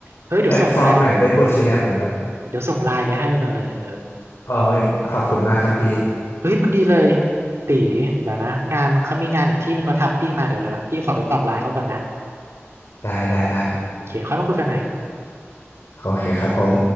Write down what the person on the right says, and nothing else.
เฮ้ย เดี๋ยวส่งไลน์ไป
เดี๋ยวส่งไลน์ไปให้เลยเออ
เฮ้ย พอดีเลย ตี เดี๋ยวนะ งานเขามีงานอีกที่หนึ่งก็ทักพี่มาเดี๋ยวเดี๋ยว พี่ขอไปตอบไลน์เขาก่อนนะ
โอเค ค่อยมาคุยกันใหม่